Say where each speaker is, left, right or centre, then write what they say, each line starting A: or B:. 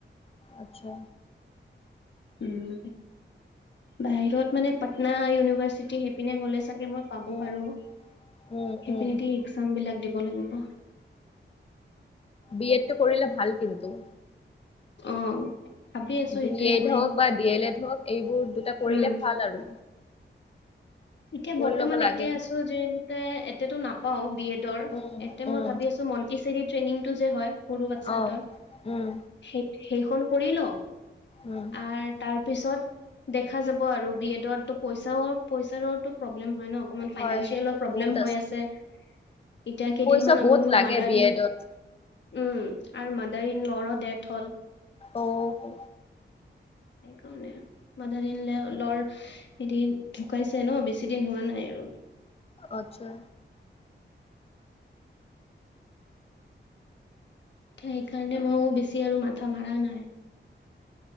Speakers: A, on the left; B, on the left.
A: আচ্ছা।
B: উম। বাহিৰত মানে পাটনা ইউনিভাৰ্চিটি সেইপিনে গলে চাগে মই পাব
A: উম
B: পাৰোঁ। সেইপিনে
A: উম উম
B: দি একজাম বিলাক দিব লাগিব।
A: বি এডটো কৰিলে ভাল কিন্তু।
B: অ'। ভাবি আছো
A: দুই
B: সেইটোয়ে
A: এড
B: কৰিম
A: হওক বা ডি এলে এড হক এইবোৰ দুটা কৰিলে
B: উম
A: ভাল আৰু।
B: এতিয়া
A: কৰি
B: বৰ্তমান
A: ল'ব
B: এতে
A: লাগে
B: আছো যিহতে এতেটো নাপাওঁ বি এডৰ,
A: উম
B: এতে মই
A: উম
B: ভাবি আছোঁ মন্টি চেৰি ট্ৰেইনিং টো যে হয় সৰু বাচ্ছাটোৰ
A: অ উম
B: সেই - সেইখন কৰি লওঁ।
A: উম
B: আৰ তাৰ পিছত দেখা যাব আৰু বি এডত তো পইচাও পইচা তাৰটো প্ৰব্লেম হয় ন অকমান ফাইনেঞ্চিয়েলৰ
A: হয়
B: প্ৰব্লেম
A: বহুত
B: হৈ আছে। এতিয়া কেইদিনমান
A: পইচা
B: আগত
A: বহুত
B: মোৰ
A: লাগে
B: মাদাৰ
A: বি
B: ইন
A: এডত
B: উম, আৰু মাদাৰ ইন ল'ৰো ডেথ হ'ল।
A: অ' হো।
B: সেইকাৰণে, মাদাৰ ইন লেও - ল'ৰ হেৰি ঢু কাইছে ন বেছি দিন হোৱা নাই আৰু।
A: আত্চ্ছা।
B: সেইকাৰণে মইও বেছি আৰু মাথা মাৰা নাই।